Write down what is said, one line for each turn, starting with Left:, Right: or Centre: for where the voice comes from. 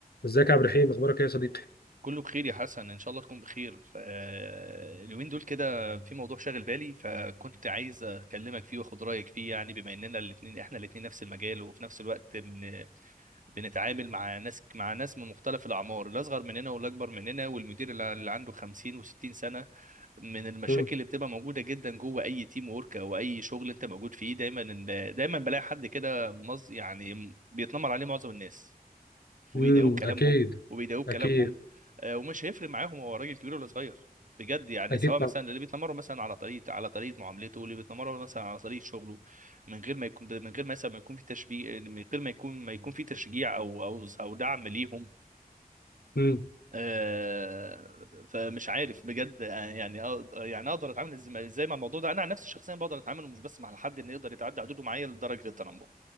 Left: ازيك يا عبد الرحيم اخبارك ايه يا صديقي
Right: كله بخير يا حسن ان شاء الله تكون بخير آه، اليومين دول كده في موضوع شاغل بالي فكنت عايز اكلمك فيه واخد رايك فيه يعني بما اننا الاثنين احنا الاثنين نفس المجال وفي نفس الوقت بن... بنتعامل مع ناس مع ناس من مختلف الاعمار الاصغر مننا والاكبر مننا والمدير اللي اللي عنده 50 و60 سنه من المشاكل
Left: امم
Right: اللي بتبقى موجوده جدا جوه اي تيم ورك او اي شغل انت موجود فيه دايما دايما بلاقي حد كده مز... يعني بيتنمر عليه معظم الناس وبيضايقوه
Left: امم
Right: كلامهم
Left: اكيد
Right: وبيضايقوه كلامهم
Left: اكيد
Right: آه، ومش هيفرق معاهم هو راجل كبير ولا صغير بجد يعني
Left: اكيد
Right: سواء
Left: طبعا
Right: مثلا اللي بيتنمروا مثلا على طريقه على طريقه معاملته واللي بيتنمروا مثلا على طريقه شغله من غير ما يكون من غير مثلا ما يكون في تشبيه من غير ما يكون ما يكون في تشجيع او او او دعم ليهم
Left: امم
Right: آه، فمش عارف بجد آه، يعني أقد- يعني اقدر اتعامل إز- ازاي مع الموضوع ده انا عن نفسي شخصيا بقدر اتعامل مش بس مع حد انه يقدر يتعدى حدوده معايا لدرجه التنمر